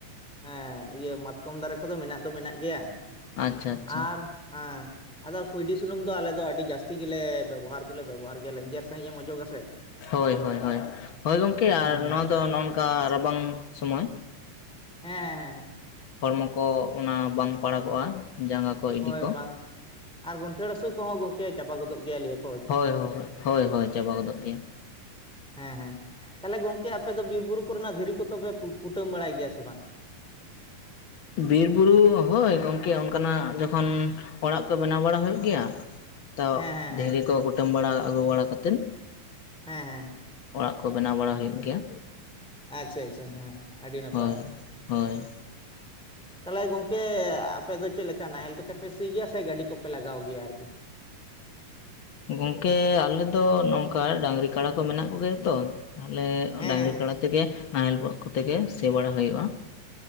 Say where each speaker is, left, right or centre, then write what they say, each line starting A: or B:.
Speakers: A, in the centre; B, on the left (about 85°).
A: ᱦᱮᱸ ᱤᱭᱟᱹ ᱢᱟᱛᱠᱚᱢ ᱫᱟᱨᱮ ᱠᱚᱫᱚ ᱢᱮᱱᱟᱜ ᱫᱚ ᱢᱮᱱᱟᱜ ᱜᱮᱭᱟ
B: ᱟᱪᱪᱷᱟ ᱟᱪᱪᱷᱟ
A: ᱟᱨ ᱦᱮᱸ ᱟᱫᱚ ᱠᱩᱸᱭᱰᱤ ᱥᱩᱱᱩᱢ ᱫᱚ ᱟᱞᱮ ᱫᱚ ᱟᱹᱰᱤ ᱡᱟᱹᱥᱛᱤ ᱜᱮᱞᱮ ᱵᱮᱵᱚᱦᱟᱨ ᱫᱚᱞᱮ ᱵᱮᱵᱚᱦᱟᱨ ᱜᱮᱭᱟ ᱞᱮᱸᱡᱮᱨ ᱥᱟᱺᱦᱤᱡ ᱮᱢ ᱚᱡᱚᱜᱽ ᱟᱥᱮ
B: ᱦᱳᱭ ᱦᱳᱭ ᱦᱳᱭ ᱦᱳᱭ ᱜᱚᱢᱠᱮ ᱟᱨ
A: ᱦᱮᱸ
B: ᱱᱚᱣᱟ ᱫᱚ ᱱᱚᱜ ᱱᱚᱝᱠᱟ ᱨᱟᱵᱟᱝ ᱥᱚᱢᱚᱭ
A: ᱦᱮᱸ ᱦᱮᱸ ᱦᱮᱸ
B: ᱦᱚᱲᱢᱚ ᱠᱚ ᱚᱱᱟ ᱵᱟᱝ ᱯᱟᱲᱟᱜᱚᱜᱼᱟ ᱡᱟᱸᱜᱟ ᱠᱚ ᱤᱰᱤ
A: ᱦᱳᱭ
B: ᱠᱚ
A: ᱵᱟᱝ ᱟᱨ ᱜᱚᱱᱴᱷᱮᱲ ᱦᱟᱹᱥᱩ ᱠᱚᱦᱚᱸ ᱜᱚᱝᱠᱮ ᱪᱟᱵᱟ ᱜᱚᱫᱚᱜ ᱜᱮᱭᱟ ᱞᱮᱭᱟᱠᱚ
B: ᱦᱚᱭ ᱦᱚᱭ ᱦᱚᱭ ᱦᱚᱭ ᱪᱟᱵᱟ ᱜᱚᱫᱚᱜ ᱜᱮᱭᱟ
A: ᱦᱮᱸ ᱦᱮᱸ ᱛᱟᱦᱚᱞᱮ ᱜᱚᱝᱠᱮ ᱟᱯᱮ ᱫᱚ ᱵᱤᱨ ᱵᱩᱨᱩ ᱠᱚᱨᱮᱱᱟᱜ ᱫᱷᱤᱨᱤ ᱠᱚᱫᱚ ᱯᱮ ᱠᱩᱴᱟᱹᱢ ᱵᱟᱲᱟᱭ ᱜᱮᱭᱟ ᱥᱮ ᱵᱟᱝ
B: ᱵᱤᱨ ᱵᱩᱨᱩ ᱦᱳᱭ ᱜᱚᱢᱠᱮ ᱚᱱᱠᱟᱱᱟᱜ ᱡᱚᱠᱷᱚᱱ ᱚᱲᱟᱜ ᱠᱚ ᱵᱮᱱᱟᱣ ᱵᱟᱲᱟ ᱦᱩᱭᱩᱜ ᱜᱮᱭᱟ ᱛᱚ
A: ᱦᱮᱸ ᱦᱮᱸ ᱦᱮᱸ
B: ᱫᱷᱤᱨᱤ ᱠᱚ ᱠᱩᱴᱟᱹᱢ ᱵᱟᱲᱟ ᱟᱹᱜᱩ ᱵᱟᱲᱟ ᱠᱟᱛᱮᱫ
A: ᱦᱮᱸ ᱦᱮᱸ
B: ᱚᱲᱟᱜ ᱠᱚ ᱵᱮᱱᱟᱣ ᱵᱟᱲᱟ ᱦᱩᱭᱩᱜ ᱜᱮᱭᱟ
A: ᱟᱪᱪᱷᱟ ᱟᱪᱪᱷᱟ ᱦᱮᱸ ᱟᱹᱰᱤ ᱱᱟᱯᱟᱭ
B: ᱦᱳᱭ ᱦᱳᱭ
A: ᱛᱟᱦᱚᱞᱮ ᱜᱚᱝᱠᱮ ᱟᱯᱮ ᱫᱚ ᱪᱮᱫ ᱞᱮᱠᱟ ᱱᱟᱦᱮᱞ ᱠᱚᱛᱮ ᱯᱮ ᱥᱤ ᱜᱮᱭᱟ ᱥᱮ ᱜᱟᱹᱰᱤ ᱠᱚᱯᱮ ᱞᱟᱜᱟᱣ ᱜᱮᱭᱟ ᱟᱨᱠᱤ
B: ᱜᱚᱝᱠᱮ ᱟᱞᱮᱫᱚ ᱱᱚᱝᱠᱟ ᱰᱟᱹᱝᱨᱤ ᱠᱟᱲᱟ ᱠᱚ ᱢᱮᱱᱟᱜ ᱠᱚᱜᱮᱭᱟ ᱛᱚ ᱛᱟᱦᱚᱞᱮ
A: ᱦᱮᱸ
B: ᱰᱟᱹᱝᱨᱤ
A: ᱦᱮᱸ ᱦᱮᱸ,
B: ᱠᱟᱲᱟ ᱛᱮᱜᱮ ᱱᱟᱦᱮᱞ ᱠᱚᱛᱮ ᱜᱮ ᱥᱮ ᱵᱟᱲᱟ ᱦᱩᱭᱩᱜᱼᱟ